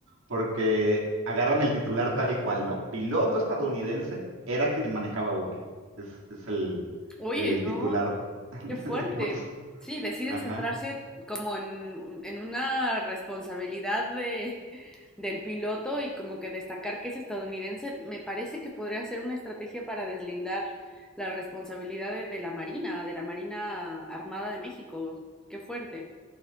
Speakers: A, on the right; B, in the centre.
A: porque agarran el titular tal cual, ¿no? Piloto estadounidense era quien manejaba Buki. Es, es el,
B: Oye,
A: el
B: no.
A: titular <laughs>
B: Qué fuerte.
A: de pulso.
B: Sí, deciden
A: Ajá.
B: centrarse como en, en una responsabilidad de, del piloto y como que destacar que es estadounidense. Me parece que podría ser una estrategia para deslindar la responsabilidad de, de la Marina, de la Marina Armada de México. Qué fuerte.